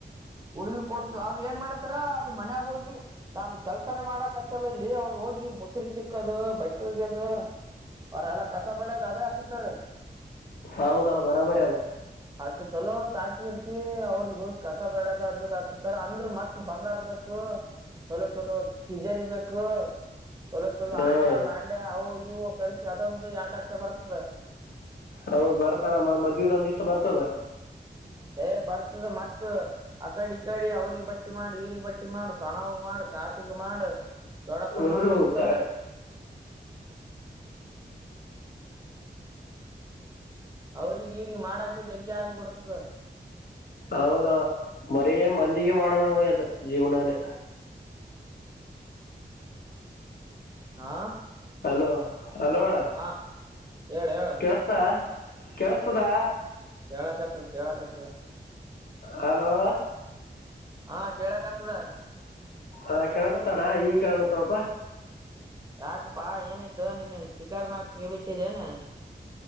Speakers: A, on the right (about 20°); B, on the left (about 60°).
A: ಹುಡುಗಿ ಕೊಡ್ತೀವಿ ಅವ್ರು ಏನ್ ಮಾಡತೆ ಹತಾರ ಅಲ್ಲಿ ಮನ್ಯಾಗ ಹೋಗಿ ನಾನ್ ಕೆಲ್ಸಾನೇ ಮಾಡಕ್ ಹಚ್ಚಲ್ಲ ಇಲ್ಲಿ ಅವ್ರರು ಹೋಗಿ ಮುಸರಿ ತಿಕ್ಕೋದು ಬಟ್ಟಿ ಒಗ್ಗೆದ ಅವ್ರ ಎಲ್ಲ ಕಸ ಬಳ್ಯದ ಅದೇ ಹಚ್ತಾರ.
B: ಹೌದಳ ಬರಬರಿ ಅದ
A: ಅಷ್ಟು ಚಲೋ ಸಾಕಿ ಇರ್ತಿ ಅವ್ರಿಗೆಗ ಹೋಗ ಕಸ ಬಳ್ಳಾಕ ಹಚ್ತಾರ ಅಂದ್ರ ಮತ್ತ ಬಂಗಾರ ಬೇಕು ಚಲೋ ಚಲೋ ಟಿಜರಿ ಬೇಕು ಚಲೋ ಚಲೋ
B: ಹ್ಮ್
A: ಆಂಡ್ಯಾ ಬಾಂಡ್ಯಾ ಅವು ನೀವು ಕಲ್ಸಿ ಅದೊಂದು ಎರಡ್ ಲಕ್ಷ ಬರ್ತದೆ.
B: ಹೌದ್ ಬರ್ತಣ ಮ ಮದ್ವೆದ ಒಂದ್ ಇಷ್ಟ ಬರ್ತದ.
A: ಏ ಬರ್ತದ ಮತ್ ಆಕಡಿ ಇಕಡಿ ಅವ್ರಗ್ ಬಟ್ಟಿ ಮಾಡು ಇವ್ರಗ್ ಬಟ್ಟಿ ಮಾಡ ಸಣ್ಣವಗ ಮಾಡ ಕಾಕಗ ಮಾಡ. ದೊಡ್ಡಪ್ಪ
B: ಹ್ಮ್
A: ಮಾಡ ಇಥವ್ರ
B: ಚಾ-
A: ಅವ್ರಿಗೆ ಇವ್ರಗ್ ಮಾಡಾಕ ಜಗ್ಗಿ ಆಗಿಬಿಡತದ
B: ಹೌದ ಬರೀ ಮಂದಿಗೆ ಮಾಡದ ಆಗೇದ ಜೀವನನೆ.
A: ಹಾ
B: ಹಲೋ ಹಲೋ ಅಣ್ಣ
A: ಹಾ ಹೇಳ ಹೇಳ
B: ಕೆಳ್ಸ್ತ ಕೆೇಳಸ್ತದಾ
A: ಕೇಳಕ್ ಆತದ ಕೇಳಕ್ ಆತದ
B: ಹಲೋ
A: ಹಾ ಕೇಳಕ್ತದ
B: ಹಾ ಕೆಳಕುತ್ತಣ್ಣ ಈಗ ಕೆಳಕುತ್ತಳಪಾ
A: ಯಾಕಪ್ಪಾ ಏನಾಯ್ತ ನೀನ್ನನ್ ಸ್ಪೀಿಕರ್ ಮ್ಯಾಗ ಕೈ ಬಿಟ್ಟಿವೆನ್